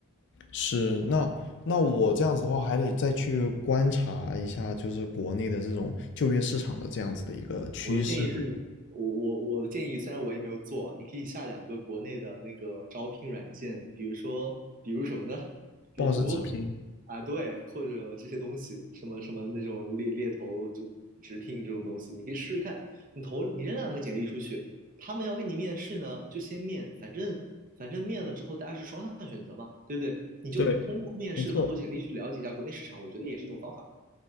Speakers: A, on the left; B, on the right.
A: 是，那那我这样子的话，还得再去观察一下，就是国内的这种就业市场的这样子的一个趋势。
B: 我的建议是你，我我我的建议，虽然我也没有做，你可以下两个国内的那个招聘软件，比如说，比如什么呢？比如
A: ，BOSS 直拼，
B: 啊，对，或者这些东西，什么什么那种猎猎头就直聘这种东西，你可以试试看。你投你扔两个简历出去，他们要跟你面试呢，就先面，反正反正面了之后大家是双向选择嘛，对不对？你就通过面试和投简历去了解一下国内市场，
A: 对，没错。
B: 我觉得也是一种方法。